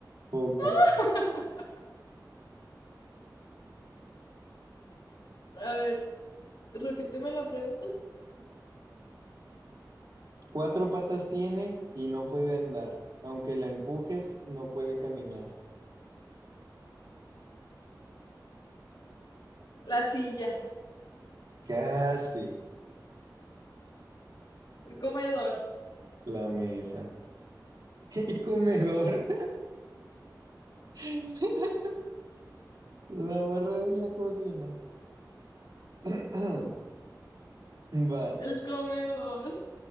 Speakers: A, on the right; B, on the left.
A: foca.
B: <laughs> A ver, repíteme la pregunta.
A: Cuatro patas tiene y no puede andar. Aunque la empujes, no puede caminar.
B: La silla,
A: Casi
B: el comedor,
A: la mesa. <laughs> El comedor. <laughs> La barra de la cocina. <clears throat> Vas.
B: el comedor.